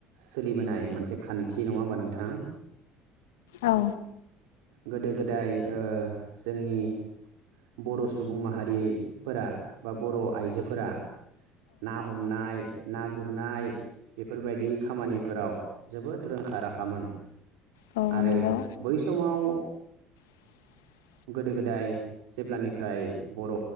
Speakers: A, on the right (about 80°); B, on the left (about 85°).
A: सोलिबोनाय मोनसे खान्थि नङा होमबा नोंथां?
B: औ।
A: गोदो गोदाय ओ जोंनि बर' सुबुं माहारिफोरा बा बर' आइजो फोरा ना हमनाय ना गुरनाय बेफोरबायदि खामानिफोराव जोबोद रोंखा राखामोन।
B: औ
A: आरो
B: नंगौ
A: बै समाव
B: <inaudible>
A: गोदो गोदाय जेब्लानिफ्राय बर'